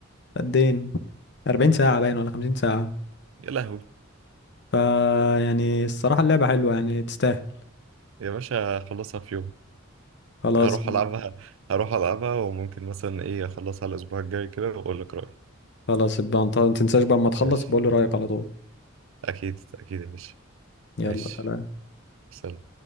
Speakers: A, on the left; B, on the right.
A: قد ايه 40 ساعه باين ولا 50 ساعه
B: يا لهوي
A: ف يعني الصراحه اللعبه حلوه يعني تستاهل
B: يا باشا خلصها في يوم
A: خلاص
B: هروح ألعبها هروح ألعبها وممكن مثلا إيه أخلصها الأسبوع الجاي كده وأقول لك رأيي
A: خلاص يبقى انت ما تنساش بقى اما تخلص
B: ماشي
A: بقول لي رايك
B: تمام.
A: على طول
B: أكيد أكيد يا باشا
A: يلا
B: ماشي
A: سلام
B: سلام